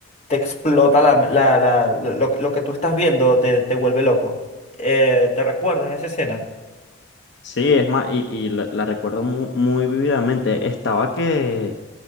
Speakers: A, on the left; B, on the left.
A: te explota la, la- la- lo, lo que tú estás viendo, te, te vuelve loco. Eh, ¿te recuerdas esa escena? <laughs>
B: Sí, es más, y, y la, la recuerdo muy, muy vividamente. Estaba que,